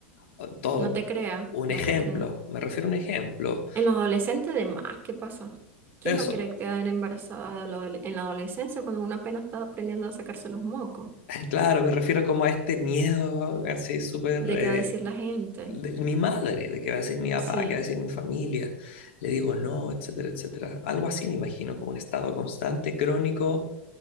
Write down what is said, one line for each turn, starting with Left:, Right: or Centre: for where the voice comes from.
Left: o todo
Right: no te crea,
Left: un
Right: no
Left: ejemplo,
Right: te crea.
Left: me refiero a un ejemplo.
Right: En los adolescentes de más, ¿qué pasa? ¿Quién
Left: Eso.
Right: va a querer quedar embarazada de la adole- en la adolescencia cuando uno apenas está aprendiendo a sacarse los mocos?
Left: <laughs> Claro, me refiero como a este miedo así súper
Right: ¿De
Left: eh,
Right: qué va a decir la gente?
Left: de mi madre, de qué va a decir mi papá,
Right: Sí.
Left: qué va a decir mi familia. Le digo no, etcétera, etcétera. Algo así me imagino, como un estado constante, crónico